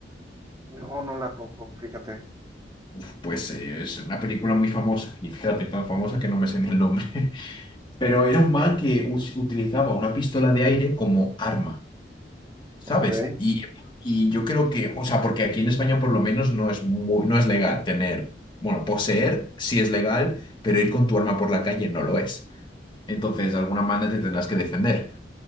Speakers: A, on the right; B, on the left.
A: no, no la topo, fíjate.
B: Uf, pues eh, es una película muy famosa y fíjate, tan famosa que no me sé ni el nombre. Pero era un man que us- utilizaba una pistola de aire como arma, ¿sabes?
A: Ok.
B: Y, y yo creo que, o sea, porque aquí en España por lo menos no es muy- no es legal tener, bueno, poseer sí es legal, pero ir con tu arma por la calle no lo es. Entonces, de alguna manera te tendrás que defender.